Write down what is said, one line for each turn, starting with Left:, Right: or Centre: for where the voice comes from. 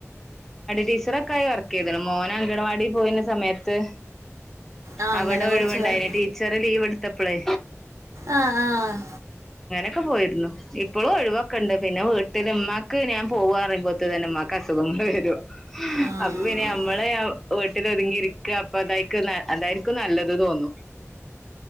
Centre: ടീച്ചറൊക്കായി വർക്ക് ചെയ്ത്ണ് മോന അങ്കണവാടി പോയിന്ന സമയത്ത്
Right: ആ
Centre: അവിടെ
Right: അങ്ങനെ
Centre: ഒഴിവുണ്ടായിന്
Right: കൊർച്ച്പേറെ
Centre: ടീച്ചർ ലീവ് എടുത്തപ്പളേ
Right: ആ ആ
Centre: ക്കെ പോയിരുന്നു ഇപ്പോളും ഒഴിവൊക്കണ്ട് പിന്നെ വീട്ടില് മ്മാക്ക് ഞാൻ പോവാറിംമ്പോത്ത് തന്നെ മ്മാക്ക് അസുഖങ്ങൾ വരും
Right: ആ
Centre: അപ്പൊ പിന്നെ നമ്മളെ അ വീ ട്ടിലൊത്തുങ്ങിയിരിക്ക അപ്പൊ അതായിക്ക് അതായിരിക്കും നല്ലത് തോന്നും